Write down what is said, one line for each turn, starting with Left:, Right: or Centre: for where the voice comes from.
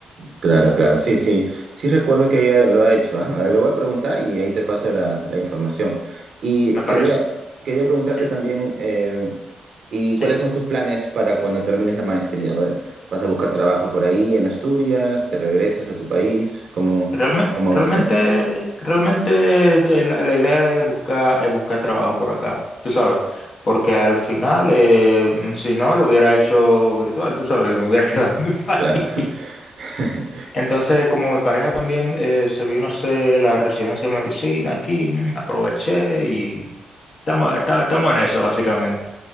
Right: Claro, claro, sí, sí, sí recuerdo que ella lo ha hecho, ¿ah? A ver, le voy a preguntar y ahí te paso la, la información. Y
Left: Me
Right: quería,
Left: parece.
Right: quería preguntarte
Left: Sí,
Right: también, eh, ¿y
Left: sí.
Right: cuáles son tus planes para cuando termines la maestría? ¿Va- ¿Vas a buscar trabajo por ahí en Asturias? ¿Te regresas a tu país? ¿Cómo,
Left: Realme-
Right: cómo
Left: realmente,
Right: vas a hacer?
Left: realmente de la, la idea es buscar, es buscar trabajo por acá, tú sabes. Porque al final, eh, si no, lo hubiera hecho virtual, tú sabes, me hubiera <laughs> quedado en mi país.
Right: Claro, <laughs>
Left: Entonces, como mi pareja también eh, se vino a hacer la residencia de medicina aquí, mm, aproveché y estamos, esta- estamos en eso, básicamente.